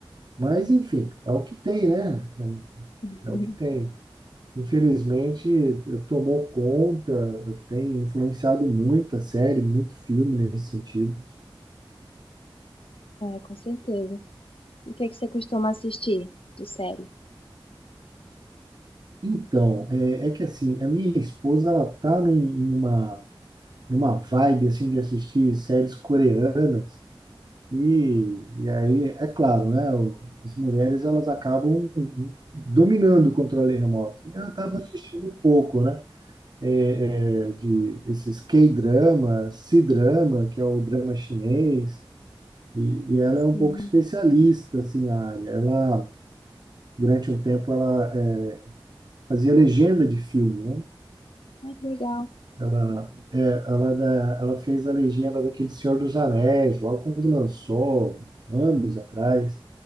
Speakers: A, on the right (about 50°); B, on the left (about 80°).
A: Mas, enfim, é o que tem, né?
B: <laughs>
A: É, é o
B: é,
A: que tem. Infelizmente, eh, tomou conta, tem influenciado muito a série, muito filme nesse sentido.
B: com certeza. E o que é que você costuma assistir de série?
A: Então, é, é que assim, a minha esposa, ela tá num- numa, numa vibe, assim, de assistir séries coreanas. E, e aí, é claro, né? o- As mulheres, elas acabam dominando o controle remoto. E ela acaba assistindo pouco, né? é, é, de esses K-drama, C-drama, que é o drama chinês, e, e ela
B: Sim.
A: é um pouco especialista assim na área. Ela durante um tempo ela é, fazia legenda de filme, né?
B: Ai, que legal.
A: Ela é, ela é da- ela fez a legenda daquele Senhor dos Anéis logo quando lançou anos atrás.